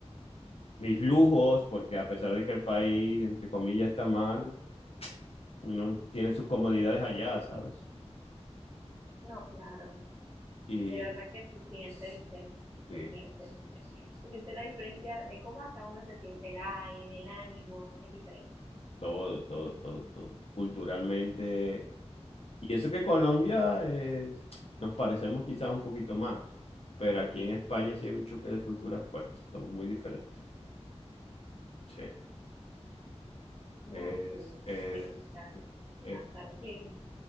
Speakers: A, on the left (about 60°); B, on the right (about 20°).
A: mis lujos, porque a pesar de que el país, entre comillas, está mal, uno tiene sus comodidades allá, ¿sabes?
B: no, claro.
A: Y
B: De verdad que se siente,
A: sí,
B: ¿viste?
A: sí,
B: Se siente.
A: sí, sí, sí.
B: Se siente la diferencia de cómo hasta uno se siente el aire, el ánimo, es diferente.
A: todo, todo, todo, todo. Culturalmente. Y eso que Colombia es- nos parecemos quizás un poquito más, pero aquí en España sí hay un choque de culturas fuerte, somos muy diferentes. Sí,
B: No,
A: es,
B: sí,
A: es,
B: sí, claro que sí.
A: es,
B: hasta el clima.